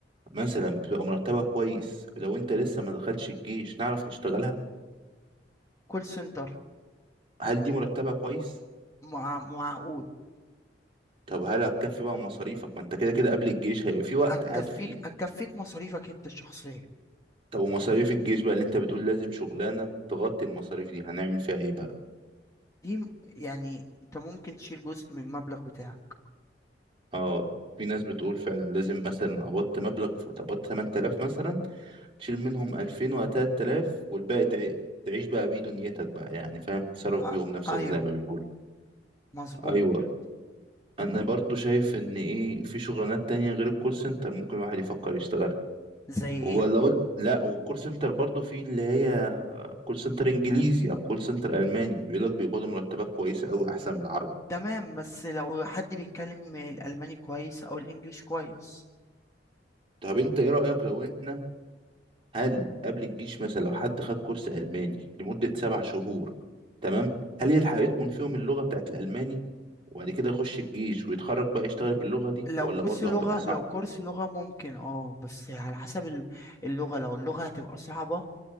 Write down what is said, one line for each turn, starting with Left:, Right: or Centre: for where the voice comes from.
Right: مثلا بتبقى مرتبها كويس لو انت لسه ما دخلش الجيش نعرف نشتغلها
Left: كول سنتر
Right: هل دي مرتبها كويس
Left: مع... معقول
Right: طب هل هتكفي بقى مصاريفك ما انت كده كده قبل الجيش هيبقى في وقت
Left: هتكفيك
Right: قاعد فيه
Left: هتكفيك مصاريفك انت الشخصية
Right: طب ومصاريف الجيش بقى اللي انت بتقول لازم شغلانة تغطي المصاريف دي هنعمل فيها ايه بقى
Left: دي م- يعني انت ممكن تشيل جزء من المبلغ بتاعك
Right: اه في ناس بتقول فعلا لازم مثلا قبضت مبلغ قبضت 8000 مثلا تشيل منهم 2000 و 3000 والباقي تع- تعيش بقى بيه دنيتك بقى يعني فاهم تصرف بيهم
Left: آ...
Right: نفسك
Left: ايوه
Right: زي ما بيقولوا
Left: مظبوط
Right: ايوه انا برضو شايف ان ايه في شغلانات تانية غير الكول سنتر ممكن الواحد يفكر يشتغلها
Left: زي ايه
Right: ولا اقول لا والكول سنتر برضو في اللي هي كول سنتر انجليزي او كول سنتر الماني بيقول لك بيقبضوا مرتبات كويسة قوي احسن من العربي
Left: تمام بس لو حد بيتكلم الالماني كويس او الانجليش كويس
Right: طب انت ايه رأيك لو احنا هل قبل الجيش مثلا لو حد خد كورس ألماني لمدة سبع شهور تمام هل يلحق يتقن فيهم اللغة بتاعت الألماني وبعد كده يخش الجيش ويتخرج بقى يشتغل باللغة دي
Left: لو
Right: ولا
Left: كورس
Right: برضه
Left: لغة
Right: هتبقى صعب؟
Left: لو كورس لغة ممكن اه بس على حسب ال- اللغة لو اللغة هتبقى صعبة